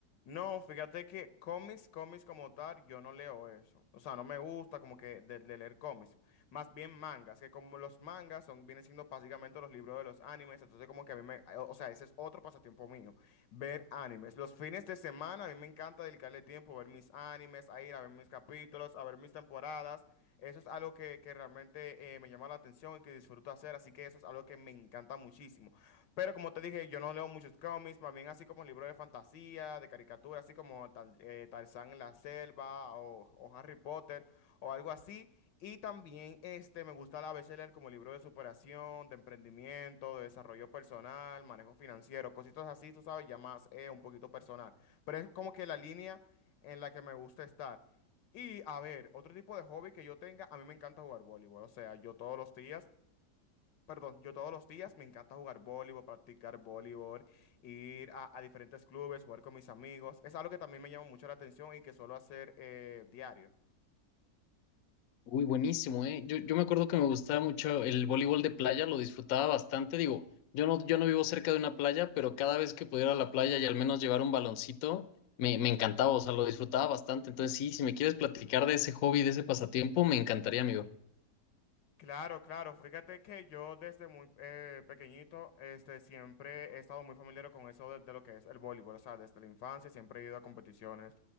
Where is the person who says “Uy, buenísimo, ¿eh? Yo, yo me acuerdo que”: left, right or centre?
Left